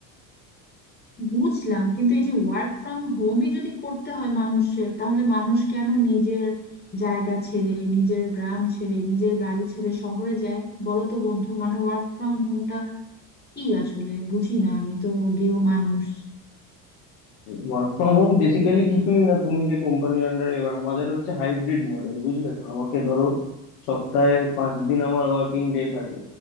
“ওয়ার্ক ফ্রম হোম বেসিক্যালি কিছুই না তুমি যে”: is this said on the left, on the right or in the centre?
Left